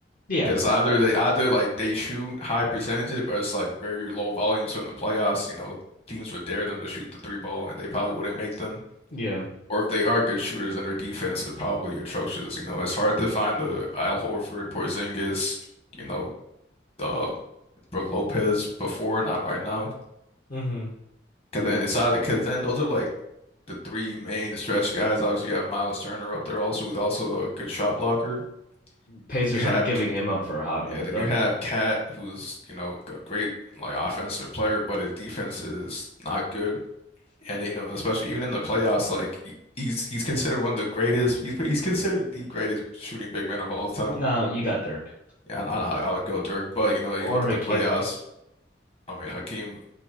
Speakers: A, on the left; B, on the left.
A: Yeah,
B: Because either they either like they shoot high percentages, but it's like very low volumes from the playoffs. You know, teams would dare them to shoot the three ball, and they probably wouldn't make them.
A: yeah.
B: Or if they are good shooters, and their defense is probably atrocious. You know, it's hard to find a Al Horford, Porzingis you know, uh Brooke Lopez before, not right now.
A: hmm
B: Because then it's either because then those are like the three main stretch guys. Obviously, you have Miles Turner up there also, who's also a good shot blocker.
A: Pacers
B: Then you have
A: aren't giving him up for a hot minute
B: yeah, then
A: though.
B: you have Cat, who's you know a great like offensive player, but his defense is not good. And you know, especially even in the playoffs, like he- he's he's considered one of the greatest. He's he's considered the greatest shooting big man of all time.
A: No, you got Dirk.
B: Yeah, I, I, I would go Dirk, but you know, you
A: or
B: look at
A: Hakeem.
B: the playoffs. I mean, Hakeem,